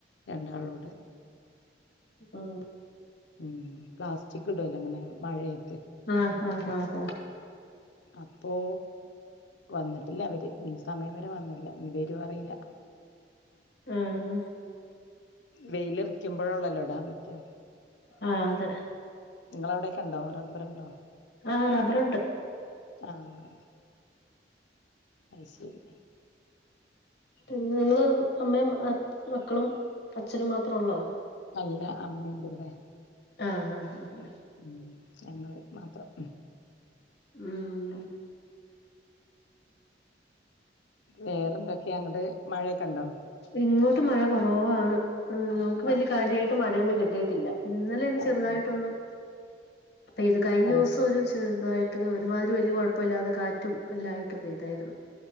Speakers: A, on the left; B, on the left.
A: രണ്ടാളോട്
B: ഉം
A: ഉം പ്ലാസ്റ്റിക് ഇടല്ലോ ഇങ്ങനെ മഴയത്ത്
B: ആഹ് ആഹ് ആഹ് ആഹ്
A: അപ്പോ വന്നിട്ടില്ല അവര് ഈ സമയം വരെ വന്നില്ല ഇന്ന് വെരോ അറിയില്ല
B: ആഹ് ആഹ്
A: വെയിലിറിക്കുമ്പോഴള്ളല്ലോ ഇടാൻ പറ്റാ
B: ആഹ് അതെ
A: ഇങ്ങളവിടെക്കെ ഇണ്ടോ റബ്ബറ്ണ്ടോ?
B: ആഹ് റബറ്ണ്ട്
A: ആഹ് ആ അയ് ശരി
B: പിന്നെ നിങ്ങള് അമ്മയും അച്ഛ് മക്കളും അച്ഛനും മാത്രേ ഒള്ളോ
A: അല്ല അമ്മ ഇണ്ട് ഇവിടെ
B: ആഹ് ആഹ് ആഹ്
A: ഉം ഞങ്ങള് മാത്രം
B: ഉം
A: വേറെ എന്തൊക്കെയാ അങ്ങട് മഴയൊക്കെ ഇണ്ടോ?
B: ഇങ്ങോട്ട് മഴ കൊറവാണ് ഉം നമ്മക്ക് വല്യ
A: ആഹ്
B: കാര്യായിട്ട് മഴയൊന്നും കിട്ടിയിട്ടില്ല ഇന്നലെ ന്ന്
A: ആഹ്
B: ചെർതായിട്ടൊന്നു പെയ്ത് കഴിഞ്ഞു
A: അത്
B: സം
A: ശരി
B: ഒരു ചെർതായിട്ട് ഒരുമാതിരി വല്യ കൊഴപ്പല്ലാതെ കാറ്റും കല്ലായിട്ട് പെയ്തായിരുന്നു.